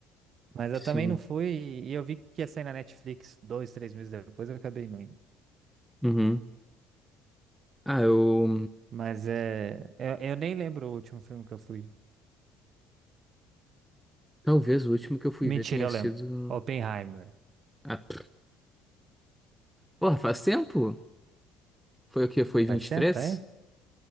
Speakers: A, on the right (about 50°); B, in the centre.
A: Mas
B: sim.
A: eu também não fui, e eu vi que ia sair na Netflix dois, três meses depois, eu acabei não indo.
B: Uhum. Ah, eu.
A: Mas é. Eu, eu nem lembro o último filme que eu fui.
B: Talvez o último que eu fui
A: Mentira,
B: ver tenha
A: eu
B: sido.
A: lembro. Oppenheimer.
B: Ah, pff, porra, faz tempo? Foi o quê? Foi
A: Faz
B: vinte
A: tempo,
B: e três
A: tá aí?